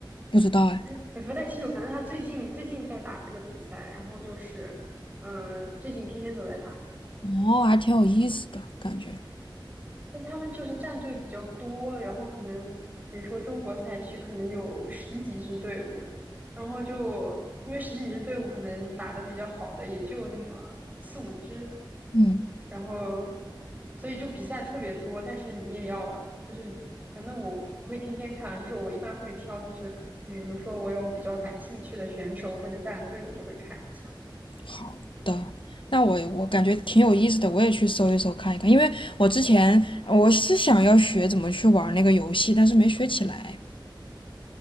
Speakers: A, on the left; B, on the right.
A: 不知道哎。
B: 哎，我不太清楚，反正他最近最近在打这个比赛，然后就是，嗯、最近天天都在打，
A: 哦，还挺有意思的感觉。
B: 但他们就是战队比较多，然后可能比如说中国赛区可能有十几支队伍，然后就因为十几支队伍可能打得比较好的也就那么四五支，
A: 嗯，
B: 然后所以就比赛特别多，但是你也要就是反正我不会天天看，就是我一般会挑，就是比如说我有比较感兴趣的选手或者战队，我就会看一下。
A: 好的。那我我感觉挺有意思的，我也去搜一搜看一看，因为我之前我是想要学怎么去玩那个游戏，但是没学起来。